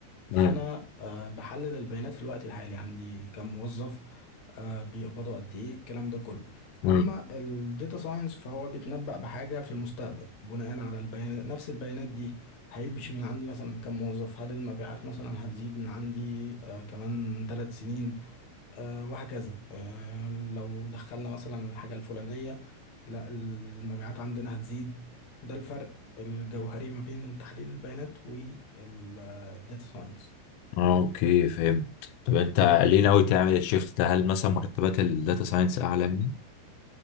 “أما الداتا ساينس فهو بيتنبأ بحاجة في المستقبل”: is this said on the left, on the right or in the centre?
Left